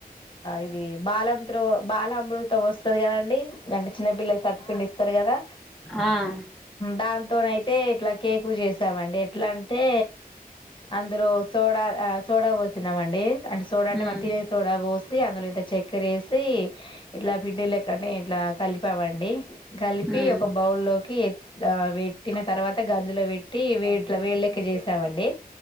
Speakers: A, on the left; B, in the centre.
A: ఇది బాల త బాల అమృతో వస్తుంది కదండి అంటే చిన్నపిల్లల సత్తపిండిస్తారు కదా
B: ఆ ఆ
A: దాంతోన అయితే ఇట్లా కేకు చేసామండి ఎట్లా అంటే అందులో సోడా సోడా పోస్తున్నామండి అంటే సోడా అంటే
B: ఉమ్
A: మత్తిన సోడా వస్లీ అందులోవి చెక్కరేసి ఇట్లా పిండి లేకనే ఇట్లా కలిపామండి కలిపి
B: ఉమ్
A: ఒక బౌల్లోకి పెట్టిన తర్వాత గంజిలో పట్టి ట్టి వీళ్ళకి చేసామండి